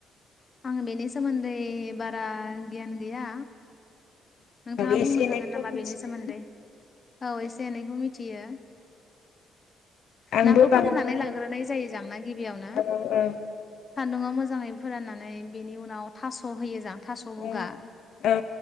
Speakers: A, on the left (about 30°); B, on the left (about 70°).
A: आं बेनि सोमोन्दै बारा गियान गैया।
B: होमबाबो
A: नोंथाङा
B: एसे
A: बुंनो
B: एनैखौथ'
A: हागोन नामा
B: मिथियो
A: बेनि सोमोन्दै? औ एसे एनैखौ मिथियो।
B: आंबो
A: नाखौ
B: बांद्राय
A: फोराननानै लाग्रोनाय जायो जां ना गिबियावनो?
B: औ औ
A: सान्दुंआव मोजाङै फोराननानै बिनि उनाव थास' होयो जां थास' बुगा
B: ओं औ।